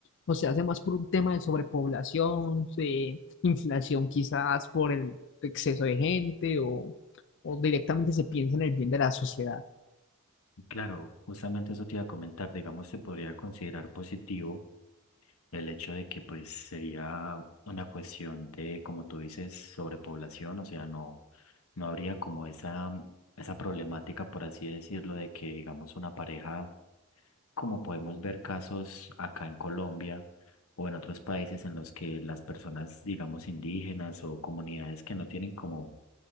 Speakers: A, on the left; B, on the left.
A: ¿O se hace más por un tema de sobrepoblación, de inflación quizás por el exceso de gente o, o directamente se piensa en el bien de la sociedad?
B: Claro, justamente eso te iba a comentar, digamos, se podría considerar positivo el hecho de que pues sería una cuestión de, como tú dices, sobrepoblación, o sea, no, no habría como esa, esa problemática, por así decirlo, de que digamos una pareja como podemos ver casos acá en Colombia o en otros países en los que las personas, digamos, indígenas o comunidades que no tienen como,